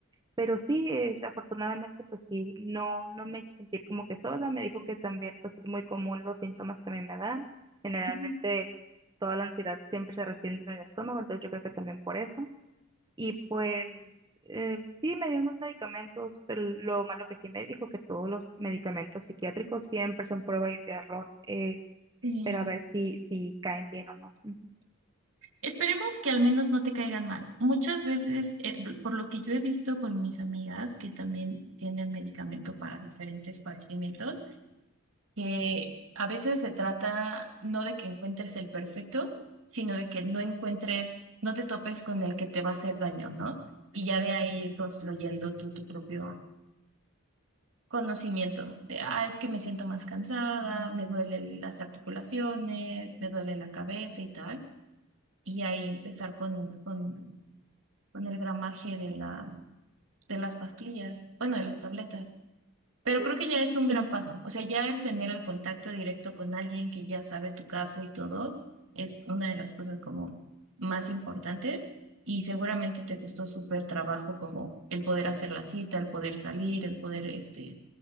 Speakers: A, on the right; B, on the right.
A: Pero sí, eh, afortunadamente, pues sí, no, no me hizo sentir como que sola. Me dijo que también, pues es muy común los síntomas que a mí me dan. Generalmente,
B: ujú.
A: toda la ansiedad siempre se resiente en el estómago, entonces yo creo que también por eso. Y pues eh, sí, me dio unos medicamentos, pero lo malo que sí me dijo que todos los medicamentos psiquiátricos siempre son prueba y de error, eh,
B: Sí.
A: pero a ver si, si caen bien o no. Ujú.
B: Esperemos que al menos no te caigan mal. Muchas veces, eh, por lo que yo he visto con mis amigas que también tienen medicamento para diferentes padecimientos, que a veces se trata no de que encuentres el perfecto, sino de que no encuentres, no te topes con el que te va a hacer daño, ¿no? Y ya de ahí ir construyendo tú tu propio conocimiento de, ah, es que me siento más cansada, me duelen las articulaciones, me duele la cabeza y tal. Y ahí empezar con, con, con el gramaje de las, de las pastillas, bueno, de las tabletas. Pero creo que ya es un gran paso. O sea, ya el tener el contacto directo con alguien que ya sabe tu caso y todo es una de las cosas como más importantes y seguramente te costó súper trabajo como el poder hacer la cita, el poder salir, el poder, este,